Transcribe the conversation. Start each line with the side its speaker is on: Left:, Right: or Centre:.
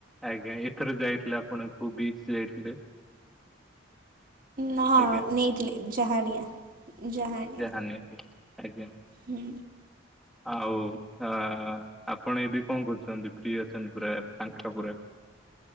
Centre: ଆଜ୍ଞା ଏଥର ଯାଇଥିଲେ ଆପଣ କୋଉ ବିଚ ଯାଇଥିଲେ?
Right: ନା ହଁ
Centre: ଆଜ୍ଞା
Right: ନେଇଥିଲେ ଜାହାଣିଆ। ଜାହାଣିଆ
Centre: ଯାହାନିଆ ଆଜ୍ଞା
Right: ହୁଁ
Centre: ଆଉ ଆ ଆପଣ ଏବେ କଣ କରୁଚନ୍ତି ଫ୍ରୀ ଅଛନ୍ତି ପୁରା ପାଙ୍କା ପୁରା?